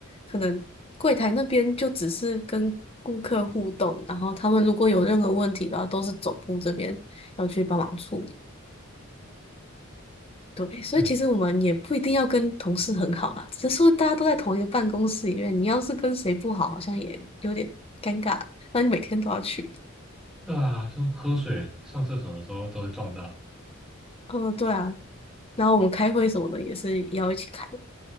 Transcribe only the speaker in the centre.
对
对啊，就喝水、上厕所的时候都会撞到。